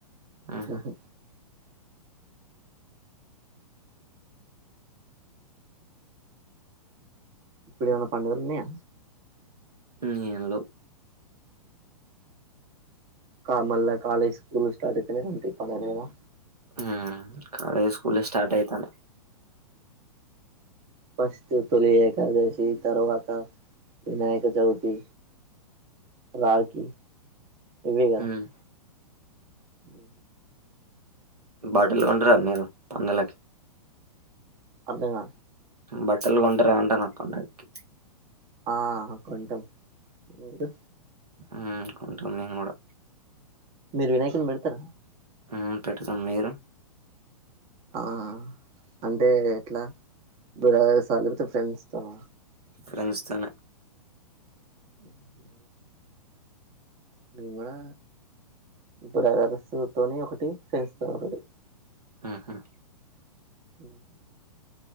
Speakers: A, on the right; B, on the right.
A: హుహు.
B: ఊహు ఇప్పుడు ఏమన్న పండుగలు ఉన్నయా.
A: ఏం లెవ్
B: కా మళ్ళా కాలేజ్ స్కూళ్ళు స్టార్ట్ ఐతనే ఉంటయ్ పండగలేవ్ గదా.
A: హ్ము కాలేజ్ స్కూళ్ళే స్టార్ట్ అయితానయ్.
B: ఫస్టు తొలి ఏకాదశీ తర్వాతా వినాయక చవితీ. రాఖి ఇవ్వే గదా.
A: హ్మ్.
B: ఉ
A: బాటిళ్ళు కొంటరా మీరు పండగలకి
B: అర్ధంగా
A: బట్టలు కొంటరా అంటానా పండగకి.
B: ఆ అహ కొంటం మీరు
A: ఊ కొంటం మేమ్ గూడా
B: మీరు వినాయకుడిని పెడతరా
A: ఊ పెడుతం మీరు
B: ఆ అంటే ఎట్లా బ్రదర్సా లేకపోతే ఫ్రెండ్స్ తోనా.
A: ఫ్రెండ్స్ తోనే
B: ఊహు నేను గూడా బ్రదర్స్ తొ తోని ఒకటి ఫ్రెండ్స్ తోని ఒకటి.
A: హుహు
B: ఉమ్